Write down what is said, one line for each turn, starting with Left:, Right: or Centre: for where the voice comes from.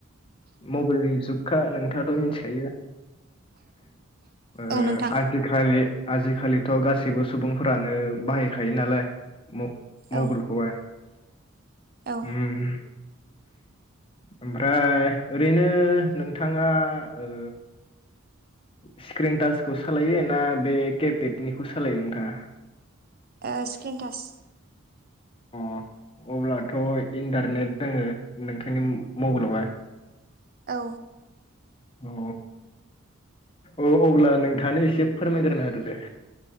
Left: मबाइलनि जुगखा नों थाङाथ' मिथिखायो ओ
Right: औ नोंथां
Left: आजिखालि आजिखालिथ' गासैबो सुबुंफोरानो बाहायखायो नालाय म मबाइलखौहाय।
Right: औ औ।
Left: उम, ओमफ्राय ओरैनो नोंथाङा ओ स्क्रिन टाचखौ सालायो ना बे केेपेटनिखौ सालायो नोंथाङा?
Right: ओ स्क्रिनटाच।
Left: अ अब्लाथ' इन्टारनेट दोङो नोंथांनि मबाइलावबा?
Right: औ।
Left: अ औ अब्ला नोंथाङानो एसे फोरमायग्रोनो होदो दे।